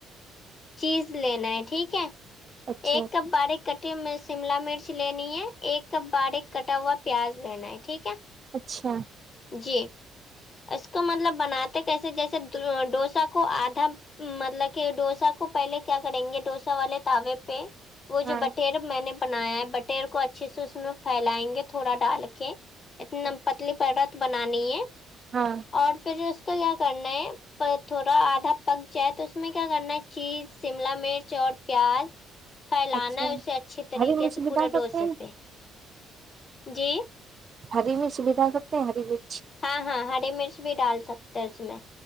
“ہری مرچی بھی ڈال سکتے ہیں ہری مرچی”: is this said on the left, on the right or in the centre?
Right